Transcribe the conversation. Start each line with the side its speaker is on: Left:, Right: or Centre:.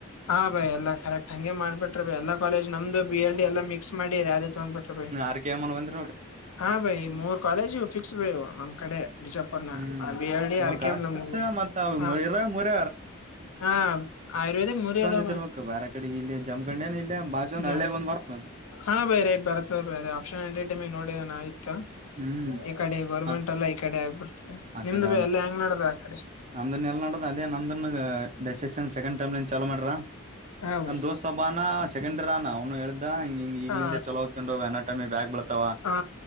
Right: <inaudible>
Left: ಹಾ, ಭೈ, ಎಲ್ಲ, ಕರೆಕ್ಟ್, ಹಂಗೆ ಮಾಡುಬಿಟ್ರೆ, ಭೈ ಎಲ್ಲ ಕಾಲೇಜ್! ನಮ್ದು, ಬಿ, ಎಲ್, ಡಿ. ಎಲ್ಲ ಮಿಕ್ಸ್, ಮಾಡಿ, ರ್ಯಾಲಿ, ತಗೊಂಡ್ ಬಿಟ್ಟರುಬೈ. <inaudible>
Right: ಅದುಕ್ಕೆ, ಏನುಮಾಡೋಮ್ಮ. <inaudible>
Left: ಹಾ, ಬೈ, ಮೂರ್ ಕಾಲೇಜು, ಫಿಕ್ಸ್, ಬೈ, ನಮ್. <inaudible> ಬಿಜ್ಜಾಪುರನ್ನ,
Right: ಹ್ಮ್
Left: ಅಬಿ, ಹಾ, ಹೇಳಿ,
Right: ಮೂರ್
Left: ಆರ್ಕಮ್
Right: ಕಾಲೇಜ್
Left: ನಮು,
Right: ಫಿಕ್ಸ್ ಮತ್ ಅವ್
Left: ಹ,
Right: ಮೂರ ಮೂರ
Left: ಹ. <unintelligible> ಇರೋದೇ, ಮೂರೇಧವ.
Right: ಇದರುಬೇಕು,
Left: <inaudible>
Right: ಬೇರೆ, ಕಡೆಗೆ ಇಲ್ಲಿ ಜಮಖಣ್ಣೇನು ಇಲ್ಲ ಬಾಜುನು,
Left: ಜಮ್
Right: ಹಳ್ಳಿಯಾಗ, ಒಂದು, ಬರುತ್ತೆ. <inaudible>
Left: ಹಾ, ಬೈ ರೈಟ್, ಬರುತ್ತೆ ಆಪ್ಷನ್, ನೋಡಿದೆ, ನಾ. <inaudible> ಆ,
Right: ಹ್ಮ್
Left: ಈ, ಕಡೆ, ಗೌರ್ಮೆಂಟ್,
Right: ಮತ್
Left: ಎಲ್ಲಾ, ಈ ಕಡೆ, ಆಗಿಬಿಡ್ತು,
Right: ಆ
Left: ನಿಮ್ದು,
Right: ಕಡೆ
Left: ಬೈ, ಎಲ್ಲ, ಹೆಂಗ್, ನಾಡಿದ್ದು ಆ ಕಡೆ.. <inaudible>
Right: ನಮ್ದನ್, ಎಲ್, ನಾಡಿದು, ಅದೇ ನಮ್ದನ್ ಡೈಸೆಕ್ಷನ್ ಸೆಕೆಂಡ್ ಟರ್ಮನ್, ಚಲೋ, ಮಾಡ್ರ. <inaudible>
Left: ಹಾ
Right: ನಾನು,
Left: ಬೈ
Right: ದೋಸ್ತ, ಒಬ್ಬ, ಅವನ, ಸೆಕೆಂಡ್ರ, ಅವನಾ, ಅವನು, ಹೇಳಿದು. <inaudible> ಹೌದ, ಹಿಂಗು, ಹಿಂಗು, ಈಗ್ಲಿಂದ!
Left: ಹಾ
Right: ಚಲೋದ್ಕೊಂಡ್, ಅ, ಟೈಮಿ ಇಧುಯಾಗಿಬಿಡುತವ,
Left: ಹಾ